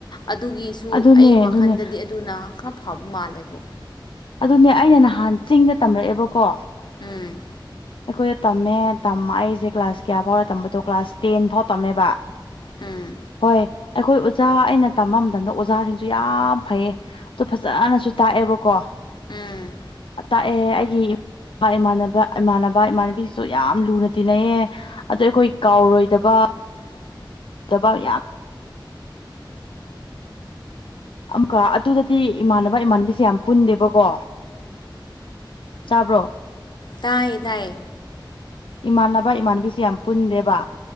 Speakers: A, on the left; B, on the left.
A: ꯑꯗꯨꯒꯤꯁꯨ
B: ꯑꯗꯨꯅꯦ
A: ꯑꯩ ꯋꯥꯈꯜꯗꯗꯤ
B: ꯑꯗꯨꯅꯦ
A: ꯑꯗꯨꯅ ꯈꯔ ꯍꯞ ꯃꯥꯂꯦꯕꯨ
B: ꯑꯗꯨꯅꯦ ꯑꯩꯅ ꯅꯍꯥꯟ ꯆꯤꯡꯗ ꯇꯝꯔꯛꯑꯦꯕꯀꯣ
A: ꯎꯝ
B: ꯑꯩꯈꯣꯏꯗ ꯇꯝꯃꯦ ꯇꯝꯃꯦ ꯑꯩꯖꯦ ꯀ꯭ꯂꯥꯁ ꯀꯌꯥ ꯐꯥꯎꯔ ꯇꯝꯕꯗꯣ ꯀ꯭ꯂꯥꯁ ꯇꯦꯟ ꯐꯥꯎ ꯇꯝꯃꯦꯕ
A: ꯎꯝ
B: ꯍꯣꯏ ꯑꯩꯈꯣꯏ ꯑꯣꯖꯥ ꯑꯩꯅ ꯇꯝꯕ ꯃꯇꯝꯗ ꯑꯣꯖꯥꯁꯤꯡꯁꯨ ꯌꯥꯝ ꯐꯩꯌꯦ ꯑꯗꯨ ꯐꯖꯅꯁꯨ ꯇꯥꯛꯑꯦꯕꯀꯣ
A: ꯎꯝ
B: ꯇꯥꯛꯑꯦ ꯑꯩꯒꯤ ꯏꯃꯥꯟꯅꯕ ꯏꯃꯥꯟꯅꯕ ꯏꯃꯥꯟꯅꯕꯤꯁꯤꯁꯨ ꯌꯥꯝ ꯂꯨꯅ ꯇꯤꯟꯅꯩꯑꯦ ꯑꯗꯣ ꯑꯩꯈꯣꯏ ꯀꯥꯎꯔꯣꯏꯗꯕ
A: <unintelligible>
B: ꯗꯕꯥꯎ ꯌꯥꯝ ꯑꯃꯨꯀ ꯑꯗꯨꯗꯗꯤ ꯏꯃꯥꯟꯅꯕ ꯏꯃꯥꯟꯅꯕꯤꯁꯦ ꯌꯥꯝ ꯄꯨꯟꯗꯦꯕꯀꯣ ꯇꯥꯕ꯭ꯔꯣ
A: ꯇꯥꯏ ꯇꯥꯏ
B: ꯏꯃꯥꯟꯅꯕ ꯏꯃꯥꯟꯕꯤꯁꯤ ꯌꯥꯝ ꯄꯨꯟꯗꯦꯕ